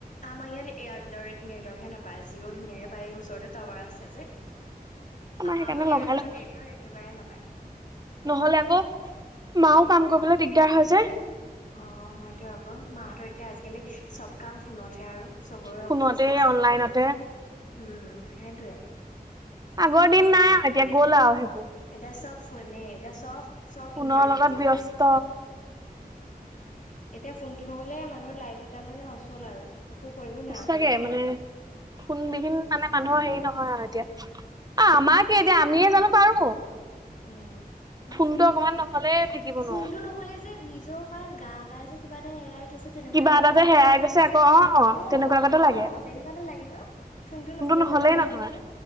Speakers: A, on the left; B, on the right.
A: আমাৰ ইয়াত এয়াৰটেলৰ নেটৱৰ্ক হে নাপায় জিঅ' ধুনীয়াকে পায় এই ওচৰতে টাৱাৰ আছে যে, আমাৰ
B: সেইকাৰণে
A: আক' এয়াৰটেলৰ
B: লগাই লগ
A: নেটৱৰ্ক একেবাৰে নাপায়।
B: নহলে আকৌ মাও কাম কৰিবলৈ দিগদাৰ হয় যে।
A: অ' হয়তো আকৌ মাহঁতৰ এতিয়া আজিকালি চব কাম ফোনতহে আৰু। চবৰে
B: ফোনতে
A: অফিচ কাছাৰী
B: অনলাইনতে
A: কাম, উম সেইটোৱে।
B: আগৰ দিন নাই আৰু এতিয়া গ'ল আৰু সেইবোৰ।
A: এতিয়া চব ফোনে এতিয়া চব চব
B: ফোনৰ
A: ইণ্টাৰনেট
B: লগত
A: এতিয়া
B: ব্যস্ত
A: উম। উম এতিয়া ফোনটো নহলে মানুহৰ লাইফ এটা মানে অচল আৰু। একো কৰিব নোৱাৰে
B: সঁচাকে
A: আগবাঢ়িবই
B: মানে
A: নোৱাৰে
B: ফোনবিহীন মানে মানুহৰ হেৰি নহয় আৰু এতিয়া। অ' আমাকে এতিয়া আমিয়ে জানো পাৰো।
A: উম, সেইটোয়ে
B: ফোনটো অকমান নহ'লে থাকিব
A: ফোনটো
B: নোৱাৰো।
A: নগ'লে যে নিজৰ পৰা গা পাই যে কিবা এটা এৰাই থৈছে তেনেকুৱা
B: কিবা
A: যেন
B: এটা
A: লাগে
B: যে হেৰাই
A: ন'।
B: গৈছে আকৌ
A: অ',
B: তেনেকুৱাকতে লাগে
A: অ', তেনেকুৱাতো লাগে ন'। ফোনটো নহ'লে
B: নহলেই
A: যে লগত
B: নহয়
A: নাথাকিলে